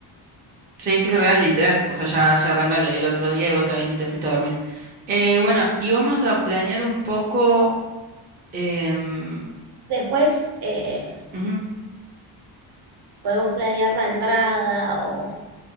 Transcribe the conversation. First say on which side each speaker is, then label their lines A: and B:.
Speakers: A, on the right (about 25°); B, on the right (about 60°).
A: Sí, sí, real, literal. O sea, ya, ya arranca el el otro día y vos todavía ni te fuiste a dormir. Eh, bueno, y vamos a planear un poco. em,
B: Después eh,
A: ujú.
B: podemos planear la entrada o